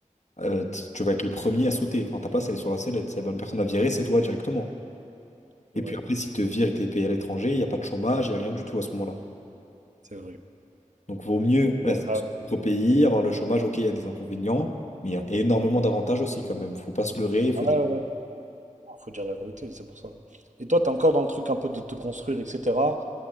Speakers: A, on the left; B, on the right.
A: euh, t- tu vas être le premier à sauter. Enfin, ta place, elle est sur la sellette. Si la bonne personne à virer, c'est toi directement.
B: C'est
A: Et
B: vrai,
A: puis après, si te virent et que t'es payé à l'étranger, il n'y a pas de chômage, il n'y a rien du tout à ce moment-là.
B: c'est vrai.
A: Donc, vaut mieux rester
B: Ouais,
A: dans son propre pays, avoir le chômage. Ok, il y a des inconvénients, mais il y a énormément d'avantages aussi, quand même. Faut pas se leurrer, faut
B: ouais, ouais.
A: dire.
B: ouais. Non, Faut dire la vérité, c'est pour ça. Et toi, t'es encore dans le truc un peu de te construire, etc.